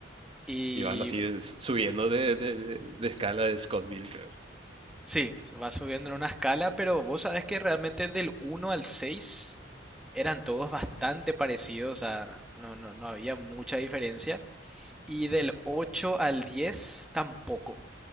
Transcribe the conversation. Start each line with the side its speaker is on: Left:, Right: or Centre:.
Centre: Y
Right: Y van así subiendo de, de- de- de escala de Scottville, creo.
Centre: sí, va subiendo en una escala, pero vos sabés que realmente del uno al 6 eran todos bastante parecidos, o sea, no, no, no había mucha diferencia. Y del 8 al 10 tampoco.